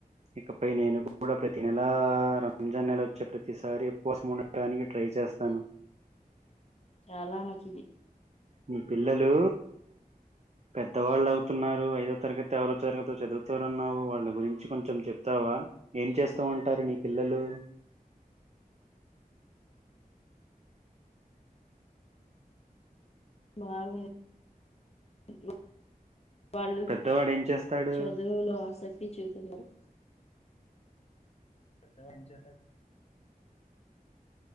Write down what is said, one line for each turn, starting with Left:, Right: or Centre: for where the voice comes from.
Right: ఇకపై నేను కూడా ప్రతి నెల రంజాన్ నెల వచ్చే ప్రతిసారి ఉపవాసం ఉండనికి ట్రై చేస్తాను
Left: చాలా మంచిది
Right: మీ పిల్లలు పెద్దవాళ్ళు అవుతున్నారు ఐదో తరగతి ఎవరో తరగతి చదువుతారున్నావు వాళ్ళ గురించి కొం చెప్తావా ఏం చేస్తూ ఉంటారు నీ పిల్లలు
Left: బాగు <unintelligible> వాళ్ళు
Right: పెద్దవాడు ఏం చేస్తాడు
Left: చదువులో ఆసక్తి చూపున్నారు పెద్ద వాడు ఏం చేసావ్